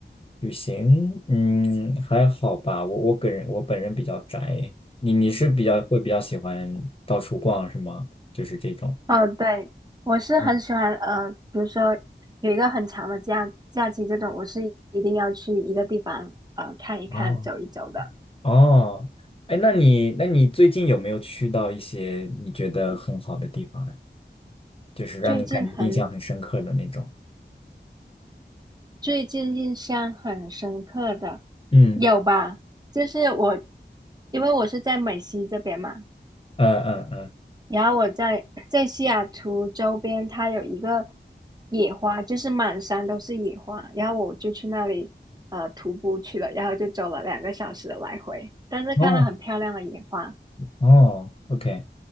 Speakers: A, on the left; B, on the right.
A: 旅行，嗯，还好吧。我我个人我本人比较宅，你你是比较会比较喜欢到处逛是吗？就是这种。
B: 哦，对，我是很喜欢。
A: 哦
B: 呃，比如说有一个很长的假假期，这种我是一定要去一个地方呃看一看、
A: 哦，
B: 走一走的。
A: 哦，哎，那你那你最近有没有去到一些你觉得很好的地方呀？就是让你感觉印象很深刻的那种。
B: 最近很，最近印象很深刻的，
A: 嗯，
B: 有吧？就是我，因为我是在美西这边嘛，
A: 嗯嗯嗯，
B: 然后我在在西雅图周边，它有一个野花，就是满山都是野花，然后我就去那里呃徒步去了，然后就走了两个小时的来回，但是看到很漂亮的野花，
A: 哦，哦，OK。